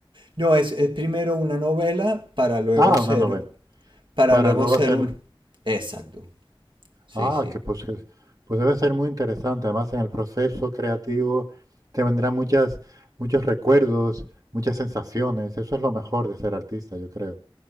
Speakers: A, on the right; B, on the right.
A: No, es, es primero una novela para luego
B: Ah,
A: ser,
B: una novela.
A: para
B: Para
A: luego
B: luego
A: ser
B: hacer.
A: un... Exacto, sí,
B: Ah,
A: sí.
B: que pues, que- pues debe ser muy interesante. Además, en el proceso creativo te vendrán muchas, muchos recuerdos, muchas sensaciones. Eso es lo mejor de ser artista, yo creo.